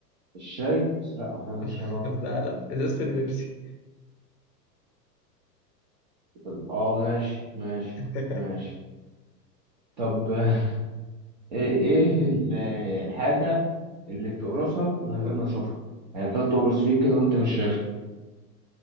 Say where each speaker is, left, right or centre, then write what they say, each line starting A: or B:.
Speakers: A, on the right; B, on the left.
A: الشاي بس لأ أحيانا الشاي
B: <laughs>
A: مرة
B: لا لا ازازه البيبسي
A: طب آه ماشي ماشي
B: <laughs>
A: ماشي طب <laughs> إيه إيه ال- الحاجة اللي بتقرصك من غير ما تشوفها؟ يعني بتقعد تقرص فيك كده وأنت مش شايفها